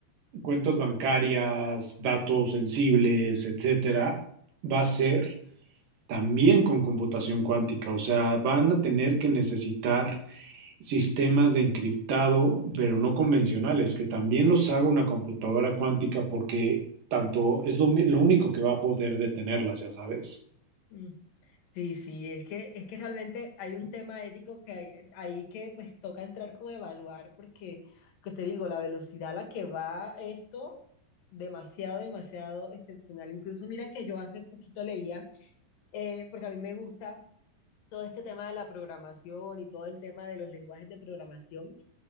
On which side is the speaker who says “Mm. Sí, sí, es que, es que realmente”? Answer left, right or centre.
Left